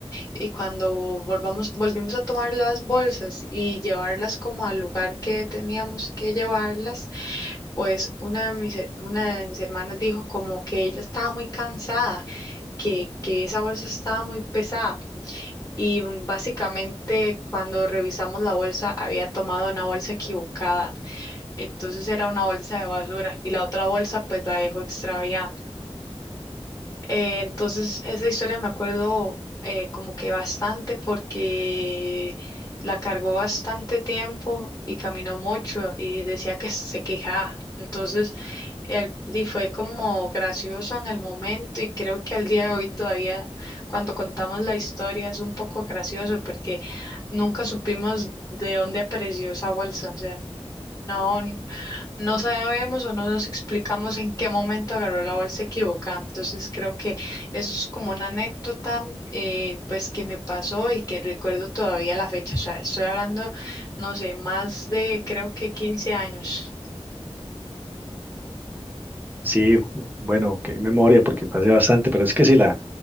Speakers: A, on the left; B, on the right.
A: y cuando volvamos, volvimos a tomar las bolsas y llevarlas como al lugar que teníamos que llevarlas, pues una de mis, una de mis hermanas dijo como que ella estaba muy cansada que, que esa bolsa estaba muy pesada y básicamente cuando revisamos la bolsa había tomado una bolsa equivocada, entonces era una bolsa de basura y la otra bolsa pues la dejó extraviada. Eh, entonces, esa historia me acuerdo eh, como que bastante porque la cargó bastante tiempo y caminó mucho y decía que se quejaba. Entonces, el- y fue como gracioso en el momento y creo que al día de hoy todavía cuando contamos la historia es un poco gracioso porque nunca supimos de dónde apareció esa bolsa. O sea, no. No sabemos o no nos explicamos en qué momento agarró la bolsa equivocada. Entonces creo que eso es como una anécdota eh, pues que me pasó y que recuerdo todavía la fecha. O sea, estoy hablando, no sé, más de creo que quince años.
B: Sí, ju- bueno, qué memoria, porque pasé bastante, pero es que sí, la,